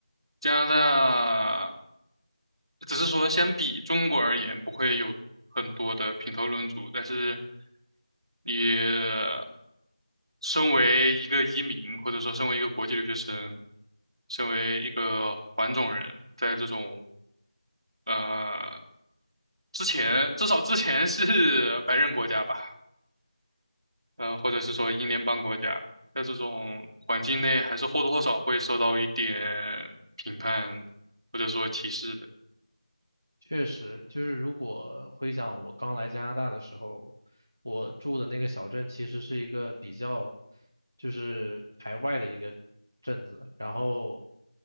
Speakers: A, on the right; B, on the right.
A: 加拿大只是说相比中国而言，不会有很多的评头论足，但是你身为一个移民，或者说身为一个国际留学生，身为一个黄种人，在这种呃，之前至少之前是白人国家吧，呃，或者是说英联邦国家，在这种环境内，还是或多或少会受到一点评判或者说歧视的。
B: 确实，就是如果回想我刚来加拿大的时候，我住的那个小镇其实是一个比较，就是排外的一个镇子，然后